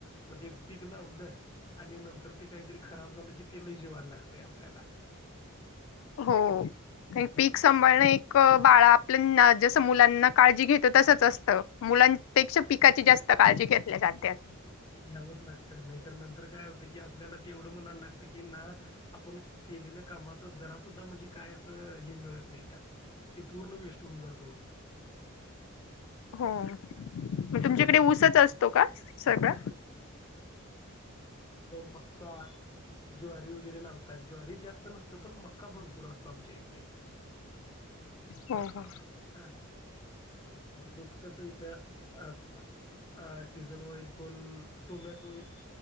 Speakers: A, on the left (about 20°); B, on the left (about 65°).
A: मग ते पीक लावलं आणि नंतर ते काहीतरी खराब झालं की तेल जीवाला लागत आपल्याला
B: हो. पीक
A: हम्म
B: सांभाळणं एक बाळा आपलं जसं. मुलांना काळजी घेतो तसच असतं मुलांपेक्षा पिकाची जास्त काळजी घेतल्या जात्यात.
A: हे घ्यावंच लागतं नाहीतर नंतर काय होतं की आपल्याला ते एवढं म्हणायला लागत कि ना आपण केलेल्या कामाच जरा सुद्धा म्हणजे काय असं हे मिळत नाही त्यात ते पूर्ण वेस्ट होऊन जात ओ
B: हो. मग तुमच्याकडे
A: आम
B: ऊसच असतो का सगळा.
A: आमच्या इकडे ऊस कसं आहे मक्का ज्वारी वगैरे लावतात, ज्वारी जास्त नसत पण मक्का भरपूर असतो आमच्या इकडे.
B: हा हा.
A: हा. काही लोक कस इथ अ सीजन वाईज कोण टोमॅटो एक